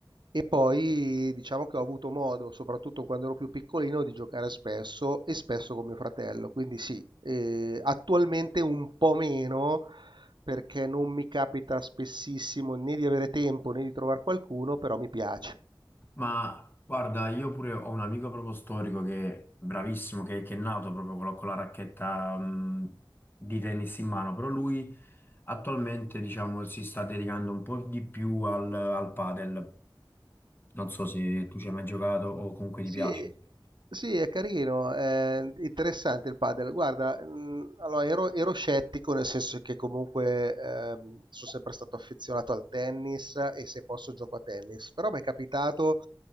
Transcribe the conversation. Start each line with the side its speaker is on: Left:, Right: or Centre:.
Right: e poi diciamo che ho avuto modo, soprattutto quando ero più piccolino, di giocare spesso e spesso con mio fratello, quindi sì, eh, attualmente un po' meno perché non mi capita spessissimo né di avere tempo né di trovare qualcuno, però mi piace.
Left: Ma guarda, io pure ho un amico proprio storico che è bravissimo, che, che è nato proprio con la, con la racchetta mh, di tennis in mano, però lui attualmente diciamo si sta dedicando un po' di più al, al padel. Non so se tu ci hai mai giocato o comunque
Right: Sì,
Left: ti piace.
Right: sì, è carino, è interessante il padel. Guarda, mh, allora ero, ero scettico nel senso che comunque ehm, sono sempre stato affezionato al tennis e se posso gioco a tennis, però mi è capitato